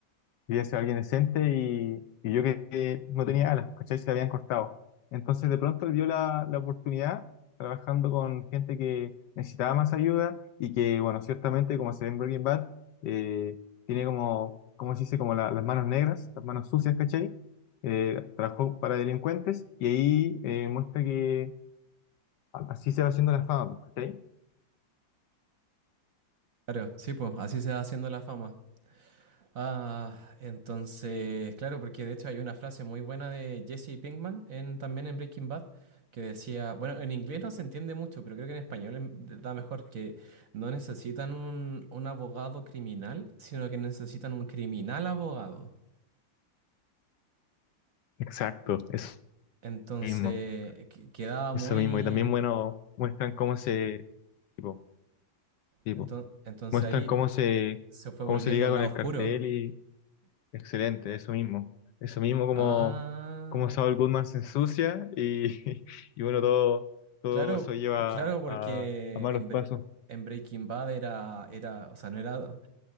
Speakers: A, on the left (about 70°); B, on the right (about 55°).
A: Quería ser alguien decente y, y yo que, que no tenía alas, ¿cachai? Se le habían cortado. Entonces de pronto dio la, la oportunidad trabajando con gente que necesitaba más ayuda y que, bueno, ciertamente, como se ve en Breaking Bad, eh, tiene como, ¿cómo se dice? Como la- las manos negras, las manos sucias, ¿cachai? Eh, trabajó para delincuentes y ahí eh, muestra que a- así se va haciendo la fama, pues, ¿cachai?
B: Claro, sí, pues así se va haciendo la fama. Ah, entonces, claro, porque de hecho hay una frase muy buena de Jesse Pinkman en, también en Breaking Bad que decía, bueno, en inglés no se entiende mucho, pero creo que en español em- da mejor, que no necesitan un, un abogado criminal, sino que necesitan un criminal abogado.
A: Exacto, eso
B: Entonces,
A: mismo,
B: que- quedaba
A: eso
B: muy...
A: mismo. Y también, bueno, muestran cómo se... Tipo, tipo.
B: enton- entonces
A: Muestran
B: ahí
A: cómo se,
B: se fue
A: cómo
B: volviendo
A: se liga
B: al
A: con
B: lado
A: el
B: oscuro.
A: cartel y excelente, eso mismo. Eso mismo como,
B: Ah,
A: como Saul Goodman se ensucia y, <laughs> y bueno, todo, todo
B: claro,
A: eso lleva
B: claro, porque
A: a, a malos
B: en, Bre-
A: pasos.
B: en Breaking Bad era, era, o sea, no era,